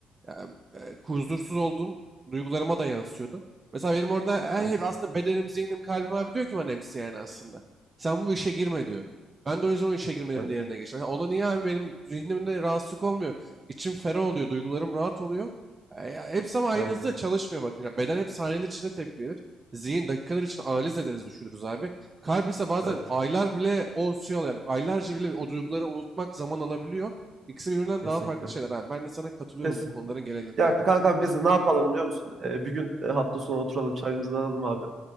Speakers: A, on the right; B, on the right.
A: Ya, eee, huzursuz olduğum duygularıma da yansıyordu. Mesela benim orada her
B: Evet,
A: hep aslında bedenim, zihnim, kalbim abi diyor ki bana hepsi yani aslında. Sen bu işe girme diyor. Ben de o yüzden o işe girmedim
B: evet,
A: diğerine geçtim. Mesela Ona niye abi benim zihnimde rahatsızlık olmuyor? İçim ferah oluyor, duygularım rahat oluyor. E, ya hepsi ama aynı
B: evet,
A: hızda çalışmıyor bakınca. Beden hep saniyeler içinde tepki verir. Zihin dakikalar için analiz ederiz, düşünürüz abi. Kalp ise bazen
B: evet.
A: aylar bile o şey alıyor. Aylarca bile o duyguları unutmak zaman alabiliyor. İkisi birbirinden
B: Kesinlikle,
A: daha farklı şeyler abi. Ben de sana katılıyorum
B: kesinlikle.
A: bu konuların genelinde
B: Ya
A: evet.
B: kanka biz ne yapalım biliyor musun? E, bir gün e, hafta sonu oturalım çayımızı alalım abi.